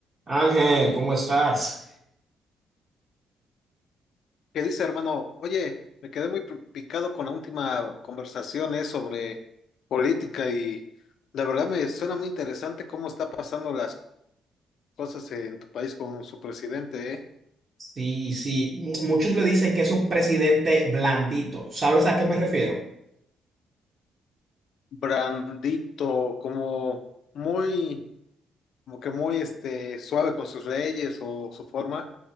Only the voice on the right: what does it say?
Ángel, ¿cómo estás?
Sí, sí, mu- muchos le dicen que es un presidente blandito. ¿Sabes a qué me refiero?